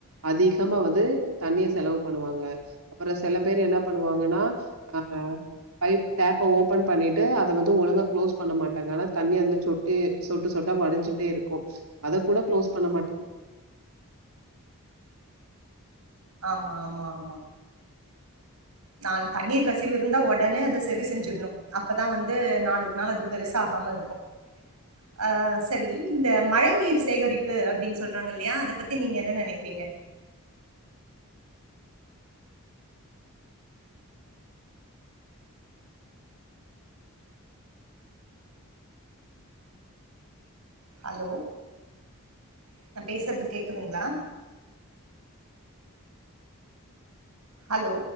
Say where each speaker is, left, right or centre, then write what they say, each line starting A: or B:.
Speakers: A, on the right (about 70°); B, on the right (about 90°).
A: அதிகமா வந்து தண்ணீர் செலவு பண்ணுவாங்க அப்பறோ செல பேரு என்ன பண்ணுவாங்கன்னா அ பைப் டேப்ப ஓபன் பண்ணிட்டு அத வந்து ஒழுங்கா குளோஸ் பண்ண மாட்டாங்க ஆனா தண்ணி அதுல சொட்டு சொட்டு சொட்டா வடிஞ்சுட்டே இருக்கு அத கூட க்ளோஸ் பண்ண மாட்ட
B: ஆமா ஆமா ஆமா நான் தண்ணீர் கசிவு இருந்தா ஒ ஒடனே அத செரி செஞ்சிடணு அப்பதா வந்து நாளுக்கு நாள் அது பெருசா ஆகாம இருக்கு அ செரி இந்த மழை நீர் சேகரிப்பு அப்படின்னு சொல்றாங்க இல்லையா அத பத்தி நீங்க என்ன நெனைக்கிறீங்க ஹலோ நா பேசுறது கேக்குதுங்களா ஹலோ